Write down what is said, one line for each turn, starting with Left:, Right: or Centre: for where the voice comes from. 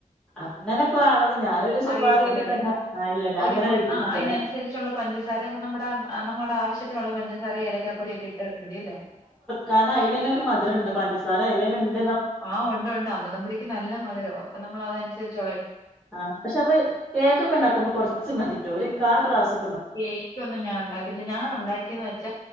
Centre: അങ്ങനെ ഇപ്പ അളവ് ഞാനൊരു സുമാറ്
Left: അറിയത്തില്ലല്ലേ
Centre: പേർക്ക് അങ്ങ ആ ഇല്ലല്ല
Left: ഒരിപ്പം
Centre: അങ്ങനെ
Left: ആഹ്
Centre: എടുക്കല
Left: അതിനനുസരിച്ചുള്ള പഞ്ചസാരയാവുമ്പോ നമ്മുടെ നമ്മുടെ ആവശ്യത്തിനുള്ള പഞ്ച സാര ഏലക്കാപ്പൊടിയൊക്കെ ഇട്ട് മതീല്ലേ
Centre: കാരണം അയില് തന്നെ ഒരു മധുരമുണ്ട് പഞ്ചസാര അയില് തന്നെ ഉണ്ടെ
Left: ആഹ് ഉണ്ട് ഉണ്ട് അമൃതം പൊടിക്ക് നല്ല മധുരവാ അപ്പൊ നമ്മൾ അത നുസരിച്ച്
Centre: ആഹ് പക്ഷെ നമ്മള് കേക്കൊക്കെ ഉണ്ടാക്കുമ്പോൾ കൊറച്ച് മതീട്ടോ ഒരു കാൽ ഗ്ലാസൊ
Left: കേക്ക് ഒന്നും ഞാൻ ഉണ്ടാക്കിട്ടില്ല ഞാന് ഉണ്ടാക്കിയന്ന് വെച്ചാ